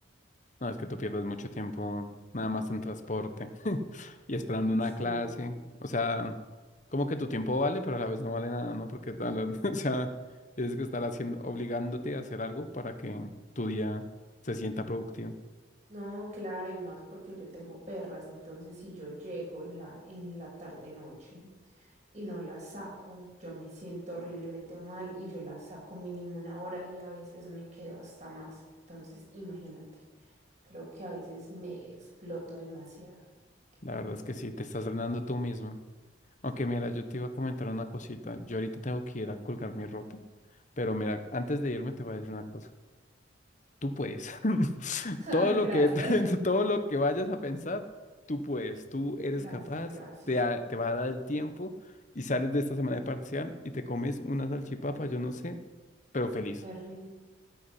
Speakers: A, on the left; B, on the right.
A: No, es que tú pierdes mucho tiempo nada más en transporte <laughs> y esperando una
B: Sí.
A: clase. O sea, como que tu tiempo vale, pero a la vez no vale nada, ¿no? Porque, a la- <laughs> o sea, tienes que estar haciendo, obligándote a hacer algo para que tu día se sienta productivo.
B: No, claro, y más porque yo tengo perras, entonces si yo llego en la, en la tarde noche y no las saco, yo me siento horriblemente mal y yo las saco mínimo una hora y a veces me quedo hasta más. Entonces, imagínate, creo que a veces me exploto demasiado. <laughs>
A: La verdad es que sí, te estás drenando tú mismo. Aunque mira, yo te iba a comentar una cosita. Yo ahorita tengo que ir a colgar mi ropa, pero mira, antes de irme te voy a decir una cosa. tú puedes. <laughs>
B: Ah,
A: Todo lo
B: Gracias.
A: que, <laughs> todo lo que vayas a pensar, tú puedes, tú eres
B: Gracias,
A: capaz,
B: gracias.
A: te, ha- te va a dar el tiempo y sales de esta semana de parcial y te comes una salchipapa, yo no sé, pero feliz.
B: Qué rico